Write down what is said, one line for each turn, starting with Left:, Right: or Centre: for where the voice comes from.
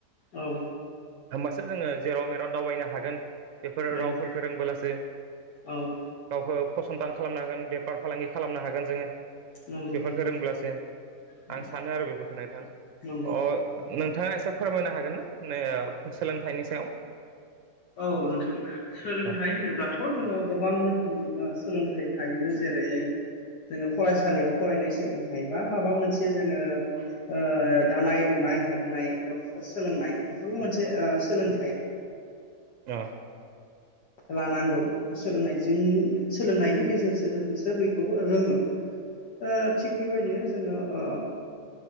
Left: औ
Right: होमबासो जोङो जेराव मेराव दावबायनो हागोन बेफोर
Left: नंगौ
Right: रावफोरखौ रोंबोलासो
Left: औ
Right: गावखौ फसंथान खालामनो हागोन बेफार फालांगि खालामनो हागोन जोङो।
Left: नंगौ
Right: बेफोरखौ
Left: नंगौ
Right: रोंब्लासो
Left: औ
Right: आं सानो आरो बेफोरफोरखौ नोंथां
Left: नंगौ
Right: अ नोंथाङा एसे फोरमायनो हागोनना नो ओ सोलोंथाइनि सायाव?
Left: औ नोंथां सोलोंथाइ
Right: अ
Left: होनोब्लाथ' जोङो गोबां रोखोमनि ओ सोलोंथाइ थायो‌। जेरै जोङो फरायसालियाव फरायनाय सोलोंथाइ बा माबा मोनसे जोङो ओ दानाय लुनाय हेबनाय सोलोंनाय बेफोरबो मोनसे ओ सोलोंथाइ।
Right: ओ
Left: लानांगौ सोलोंनायजों सोलोंनायनि गेजेरजोंसो बखौबो रोङो। ओ थिग बेबायदिनो जोङो ओ